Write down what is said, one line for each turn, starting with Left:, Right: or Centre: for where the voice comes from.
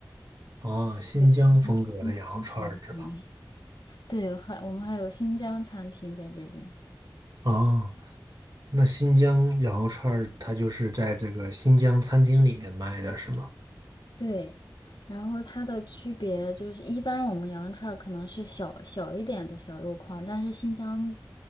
Right: 哦，新疆风格的羊肉串儿是吧？
Left: 对，新疆餐厅。对，还我们还有新疆餐厅在这边。
Right: 哦，那新疆羊肉串儿它就是在这个新疆餐厅里面卖的是吗？
Left: 对，然后它的区别就是，一般我们羊肉串儿可能是小小一点的小肉块儿，但是新疆，